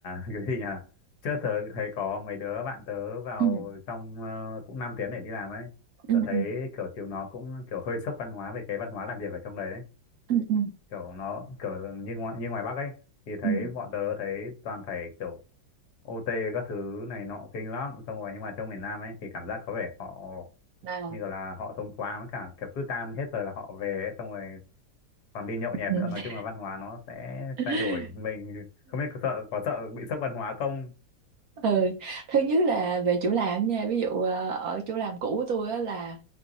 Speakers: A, on the left; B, on the right.
A: <laughs> cái gì nhỉ trước tớ thấy có mấy đứa bạn tớ vào
B: Ừ.
A: trong ờ, cũng 5 tiếng để đi làm ấy
B: Ừ.
A: tớ thấy
B: Ừ.
A: kiểu chiều nó cũng kiểu hơi sốc văn hóa về cái văn hóa làm việc ở trong đấy đấy
B: Ừ. Ừ.
A: kiểu nó kiểu như ngoài, như ngoài Bắc ấy thì thấy
B: Ừ.
A: bọn tớ thấy toàn phải kiểu OT các thứ này nọ kinh lắm xong rồi nhưng mà trong miền Nam ấy thì cảm giác có vẻ họ
B: À.
A: như kiểu là họ thông thoáng với cả kiểu cứ tan hết giờ là họ về ấy, xong rồi còn đi nhậu nhẹt
B: Ừ.
A: nữa nói chung là văn hóa nó sẽ
B: <laughs>
A: thay đổi mình không biết có sợ có sợ bị sốc văn hóa không
B: ừ thứ nhất là về chỗ làm nha ví dụ ờ, ở chỗ làm cũ của tôi á là